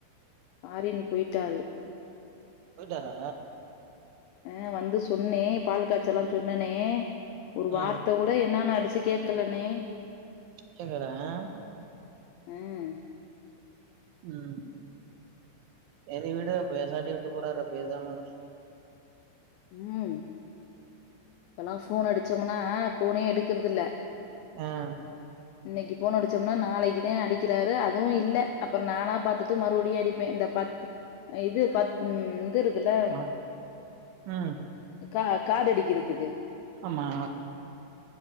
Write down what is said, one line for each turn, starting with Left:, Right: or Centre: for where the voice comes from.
Left: ஃபாரின் பொயிட்டாரு
Right: போயிட்டாரா
Left: அஹ் வந்து சொன்னே பால் காய்ச்ச எல்லா சொன்னனே ஒரு வார்த்தை
Right: ஆ
Left: கூட என்னன்னு அடிச்சு கேக்கலனே
Right: கேட்கல அஹ்
Left: ம்
Right: உம் செரி விடு பேசாட்டி விட்டு போறரு பேசாம இரு
Left: உம் இப்பல்லாம் போன் அடிச்சோம்னா போனே எடுக்கறதில்ல
Right: ஆஹ்
Left: இன்னைக்கு போனடிச்சோம்னா நாளைக்குதான் அடிக் கிராரு அதுவும் இல்ல அப்பறம் நானா பாத்துட்டு மறுபடியும் அடிப்பேன் இந்த பத்து இது பத் இது இருக்குல்ல
Right: ஆ, ம்
Left: கா கார்டு அடிக்கிறதுக்கு
Right: ஆமா